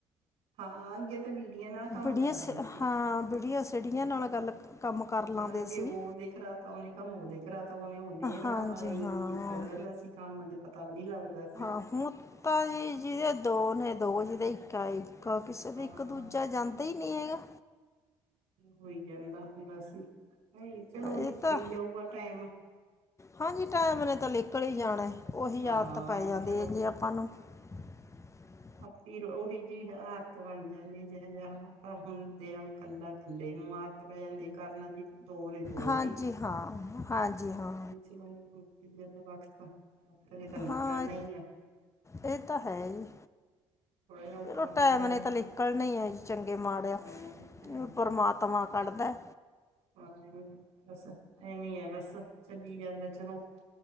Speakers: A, on the right; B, on the left.
A: ਹਾਂ, ਅਗੇ ਵੀਡੀਆਂ ਨਾਲ ਕੰਮ
B: ਬੜੀਆਂ
A: ਕਾਰਦੇ
B: ਸ
A: ਸੀ,
B: ਹਾਂ ਬੜੀਆਂ ਸਿੜੀਆਂ ਨਾਲ ਗੱਲ ਕੰਮ ਕਰ ਲਾਂਦੇ
A: ਹਨਾ ਬੀ
B: ਸੀ
A: ਓ ਦੇਖ ਰਾਤ ਤਾਂ ਓਨੇ ਕੰਮ ਓ ਦੇਖ ਬਰਾ ਤਾਂ ਓਨੇ, ਓਨੇ ਹੇਗਾ,
B: ਹਾਂਜੀ
A: ਆਈ
B: ਹਾਂ
A: ਨਿਕਲ ਜਾਂਦਾ ਸੀ ਕੰਮ, ਤੇ ਪਤਾ ਵੀ ਨੀ ਲਾਗਦਾ ਸੀ।
B: <unintelligible> ਤਾ ਜੀ, ਜਿਹਦੇ ਦੋ ਨੇ ਦੋ, ਜਿਹਦੇ ਇੱਕ, ਇੱਕ ਕਿਸੇ ਦਾ
A: ਹਾਂ
B: ਇੱਕ ਦੂਜਾ ਜਾਂਦਾ ਉਤਰ ਹੀ ਨਹੀਂ ਹੈਗਾ
A: ਹੋ ਜਾਂਦਾ ਹੁੰਦਾ ਸੀ, ਨਹੀਂ ਚਲੋ
B: ਇਹ
A: ਨਿਕਲੀ
B: ਤਾਂ
A: ਜਾਊਗਾ ਟਾਈਮ
B: ਹਾਂਜੀ ਟਾਈਮ ਨੇ ਤਾਂ ਲਿਕਲ ਹੀ ਜਾਣਾ, ਉਹੀ
A: ਹਾਂ
B: ਆਦਤ ਪੈ ਜਾਂਦੀ
A: ਚਲੋ
B: ਹੈ ਜੇ ਆਪਾਂ ਨੂੰ <inaudible>
A: ਆਪ ਉਹੀ ਜਿਹੀ ਆਤ ਬਣ ਜਾਂਦੀ ਜਿ ਜਿਹਾ ਆਪਾਂ ਹੁੰਣਦੇ ਹ ਕੱਲਾ ਕੱਲੇ ਨੂੰ ਆ ਪੈ ਜਾਂਦੀ, ਕਾਰਨਾਂ ਦੀ ਦੋ ਦੋ
B: ਹਾਂਜੀ ਹਾਂ, ਹਾਂਜੀ ਹਾਂ
A: ਚਈਦੇ ਵਕਤ <unintelligible> ਨੇ ਤਾਂ ਨਿਕਲਣਾ
B: ਹਾਂ,
A: ਹੀ ਆ
B: ਇਹ ਤੇ ਹੈ ਹੀ
A: ਥੋੜਾ ਜਿਹਾ ਔਖਾ
B: ਚਲੋ ਟੈਮ
A: ਹੋ ਜਾਂਦਾ
B: ਨੇ ਤਾਂ ਨਿਕਲਣਾ
A: ਹੁਣ
B: ਆ, ਚੰਗੇ ਮਾੜੇ, ਆ
A: ਹਾਂ ਇਹ ਤਾਂ ਹੈ
B: ਪਰਮਾਤਮਾ ਕੱਢਦਾ
A: ਹਾਂਵੇ ਬਸ, ਐਵੇਂ ਐ ਬਸ, ਚੱਲੀ ਜਾਂਦਾ ਚਲੋ